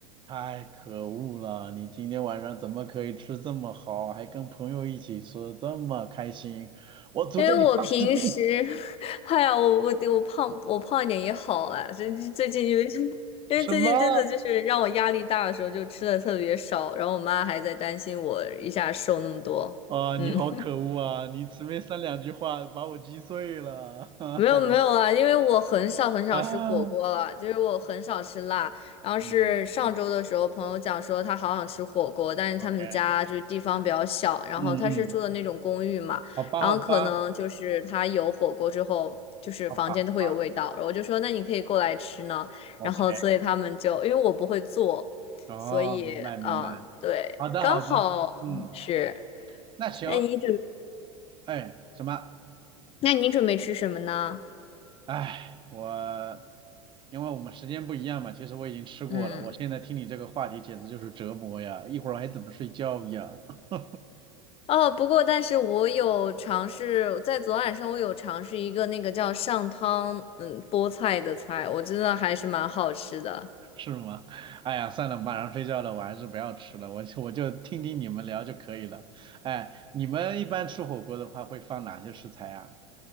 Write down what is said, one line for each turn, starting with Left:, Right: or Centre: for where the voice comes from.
Right: 太可恶了！你今天晚上怎么可以吃这么好，还跟朋友一起吃，这么开心？我诅咒你胖十斤！
Left: 因为我平时，<laughs> 哎呀，我我我胖我胖一点也好啦。最最近因为 <laughs> 因为最近真的就是让我压力大的时候，
Right: 什么？
Left: 就吃的特别少，然后我妈还在担心我一下瘦那么多。
Right: 啊、
Left: 嗯，
Right: 你好可恶啊！你随便三两句话把我击碎了，<laughs> 哈哈
Left: 没有没有啊，因为我很少很少吃火锅了，
Right: 啊！
Left: 就是我很少吃辣。然后是上周的时候，
Right: 嗯嗯
Left: 朋友讲说他好想吃火锅，但是他们家就是地方比较小，
Right: ，OK，
Left: 然后他是住的那种公寓嘛，
Right: 嗯嗯，好吧好吧
Left: 然后可能就是他有火锅之后，就是房间都会有味道。
Right: 好吧好吧
Left: 然后我就说那你可以过来吃呢，
Right: ，OK，
Left: 然后所以他们就因为我不会做，
Right: 哦，
Left: 所以嗯对，
Right: 明白明白。好的，
Left: 刚好是。
Right: 好的，嗯，那行，
Left: 那你准
Right: 哎，什么？
Left: 那你准备吃什么呢？
Right: 哎，我因为我们时间不一样嘛，其实我已经吃过了，
Left: 嗯。
Right: 我现在听你这个话题简直就是折磨呀，一会儿还怎么睡觉呀？<laughs>
Left: 哦，不过但是我有尝试在昨晚上，我有尝试一个那个叫上汤，嗯，菠菜的菜，我真的还是蛮好吃的。
Right: 是吗？哎呀，算了，马上睡觉了，我还是不要吃了，我就我就听听你们聊就可以了。哎，你们一般吃火锅的话会放哪些食材啊？